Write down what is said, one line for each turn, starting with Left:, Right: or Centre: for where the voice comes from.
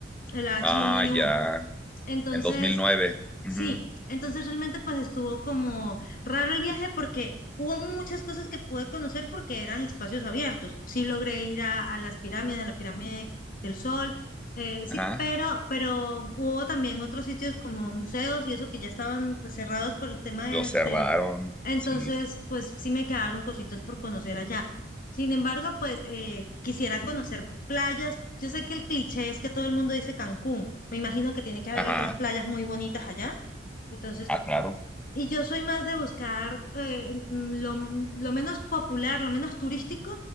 Left: el H1N1.
Centre: Ah, ya,
Left: Entonces,
Centre: en 2009. Ujú,
Left: Sí, entonces realmente pues estuvo como raro el viaje porque hubo muchas cosas que pude conocer porque eran espacios abiertos. Sí logré ir a, a las pirámides, a la pirámide del Sol, eh, sí,
Centre: Ajá,
Left: pero, pero hubo también otros sitios como museos y eso que ya estaban pues, cerrados por el tema
Centre: lo
Left: del...
Centre: cerraron,
Left: de- Entonces
Centre: sí,
Left: pues sí me quedaron cositas por conocer allá. Sin embargo, pues eh, quisiera conocer playas. Yo sé que el cliché es que todo el mundo dice Cancún. Me imagino que tiene que haber
Centre: ajá,
Left: otras playas muy bonitas allá. Entonces,
Centre: ah, claro,
Left: y yo soy más de buscar eh, mm, lo, lo menos popular, lo menos turístico,